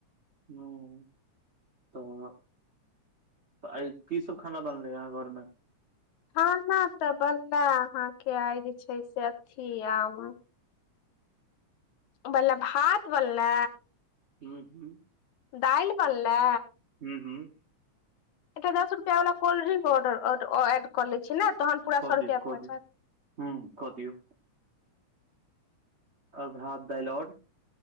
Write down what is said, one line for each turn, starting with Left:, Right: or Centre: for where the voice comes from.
Right: <unintelligible> तऽ आई की सब खाना बनलेै आहाँ घर मे
Left: खाना तऽ बनले आहाँ के आइ जे छै से अथी आम बनले
Right: हूँ
Left: भात बनले
Right: हुँ
Left: दालि बनलै
Right: हूँ हूँ
Left: एकटा दश रुपआ वाला कोल्ड्रिंक ऑडर एड कर ले छिये न तहन पूरा
Right: कऽ
Left: सौ
Right: दियौ
Left: रुपया
Right: कऽ
Left: भऽ
Right: दियौ
Left: जैत
Right: हूँ कऽ दिऔ आओर भात - दालि और